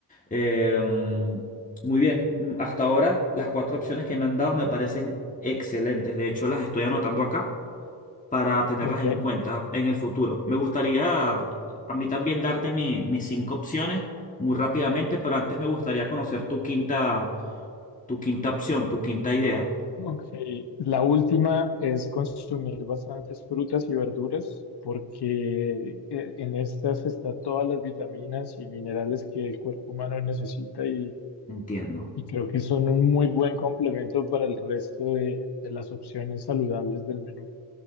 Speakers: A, on the left; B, on the left.
A: Eh, muy bien, mm, hasta ahora las cuatro opciones que me han dado me parecen excelentes. De hecho, las estoy anotando acá para tenerlas
B: Ok,
A: en cuenta en el futuro. Me gustaría a mí también darte mi- mis cinco opciones muy rápidamente, pero antes me gustaría conocer tu quinta, tu quinta opción, tu quinta idea.
B: ok. La última es consumir bastantes frutas y verduras porque eh, en estas está todas las vitaminas y minerales que el cuerpo humano necesita y,
A: Entiendo.
B: y creo que son un muy buen complemento para el resto de, de las opciones saludables del menú.